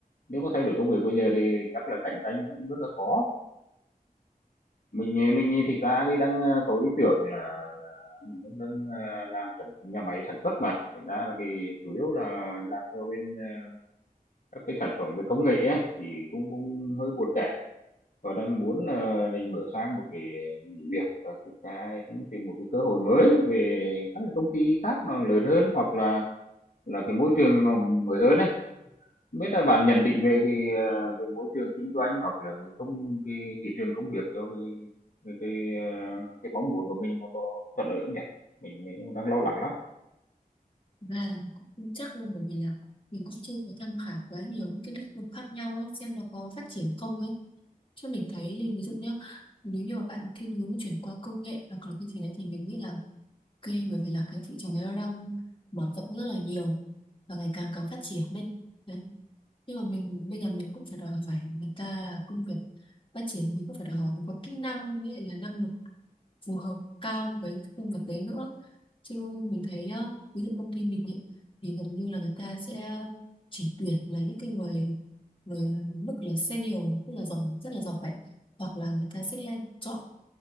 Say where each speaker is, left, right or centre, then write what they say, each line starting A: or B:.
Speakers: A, on the left; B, on the left.
A: Nếu mà thay đổi công việc bây giờ thì chắc là cạnh tranh cũng rất là khó. Mình, ờ, mình thì thực đi đang, ờ, có ý tưởng là là mình cũng đang, ờ, làm nhà máy sản xuất mà, thành ra là cái chủ yếu là làm cho bên, ờ, các cái sản phẩm về công nghệ ấy, thì cũng cũng hơi buồn tẻ. và đang muốn là mình mở sang một cái nghỉ việc và thực ra cũng tìm một cái cơ hội mới về các cái công ty khác nó lớn hơn hoặc là là cái môi trường nó mới hơn ấy biết là bạn nhận định về cái, ờ, cái môi trường kinh doanh hoặc là cái công cái thị trường công việc cho cái cái cái, ờ, cái mong muốn của mình nó có thuận lợi không nhỉ mình, mình đang lo lắng lắm
B: Thực ra là cũng không chắc luôn bởi vì là mình cũng chưa có tham khảo quá nhiều những cái lĩnh vực khác nhau ấy, xem nó có phát triển không ấy chứ mình thấy thì ví dụ nhá nếu như mà bạn thiên hướng chuyển qua công nghệ hoặc là như thế này thì mình nghĩ là Ok, bởi vì là cái thị trường ấy nó đang mở rộng rất là nhiều và ngày càng càng phát triển đấy. Đấy, nhưng mà mình bây giờ mình cũng phải đòi hỏi người ta công việc phát triển mình cũng phải đòi hỏi mình có kỹ năng với lại là năng lực phù hợp cao với cái công việc đấy nữa chứ mình thấy ờ, ví dụ công ty mình ý, thì gần như là người ta sẽ chỉ tuyển là những cái người người mức là senior tức là giỏi rất là giỏi hoặc là người ta sẽ chọn